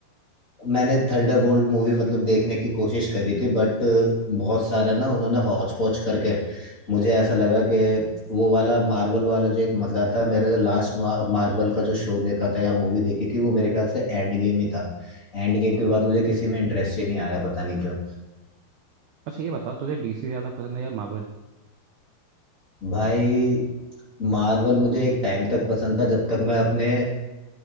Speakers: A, on the left; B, on the right.
A: मैंने थंडरबोल्ट मूवी मतलब देखने की कोशिश करी थी बट बहुत सारा ना उन्होंने हौच पौच करके मुझे ऐसा लगा कि वो वाला मार्वल वाला जो एक मजा था मेरे लास्ट मार्वल का जो शो देखा था या मूवी देखी थी वो मेरे ख्याल से एंड गेम ही था एंड गेम के बाद मुझे किसी में इंटरेस्ट ही नहीं आया पता नहीं क्यों
B: अच्छा ये बता तुझे डीसी ज़्यादा पसंद है या मार्वल
A: भाई मार्वल मुझे एक टाइम तक पसंद था जब तक मैं अपने